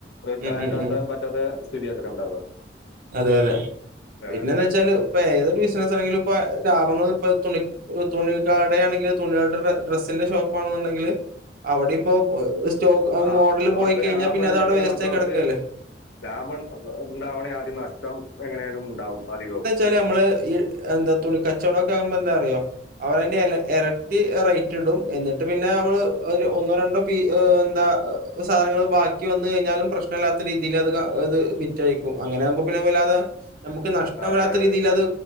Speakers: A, on the left; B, on the right.
A: റിട്ടേൺ
B: ഉം,
A: അയക്കാൻ
B: ഉം, ഉം.
A: പറ്റാത്ത സ്ഥിതിയാക്കാരം ഉണ്ടാവുക
B: അതെ, അതെ.
A: ആ
B: പിന്നെന്ന് വെച്ചാല് ഏതൊരു ബിസിന ആണെങ്കില ഇ ലാഭൾ ഇണ തുണിക്കാടെ ആണെങ്കിൽ തുണാളടെ ഡ്രസിന്റെ ഷോപ്പാണെന്നുണ്ടെങ്കിൽ അവിടെ ഇപ്പോൊ സ്റ്റോക്ക്
A: ആ,
B: മോഡൽ
A: ഒരിടത്ത്
B: പോയി കഴിഞ്ഞാൽ
A: ലാഭം
B: പിന്നെ
A: ഉണ്ടെങ്കിൽ
B: അത് അവിടെ വേസ്റ്ററ്റ്ായിയി
A: മറ്റൊടത്ത്
B: കിടക്കല്ലേ
A: ലാഭം ഉണ്ടാവണേ ആദ്യം നഷ്ടം എങ്ങനൊലും ഉണ്ടാവും അധികവും
B: അ നമ്മള് ഈ എന്താ തുണി കച്ചവടമൊക്കെ ആവുമ്പോ എന്താ അറിയോ അവർതിന്റെ ഇരട്ടി റേറ്റ് ഇടും എന്നിട്ട് പിന്നെ നമ്മള് ഒരു ഒന്നോ രണ്ടോ എന്താ സാധനൾ ബി വ കഴിഞ്ഞാലും പ്രശ്നല്ലാത്ത രീതിത് വിറ്റയഴിക്കും അങ്ങനെുമ്പോെ നമുക്ക് നഷ്ടം
A: അതെ
B: വരാത്ത
A: അതെ
B: രീതിൽ അത്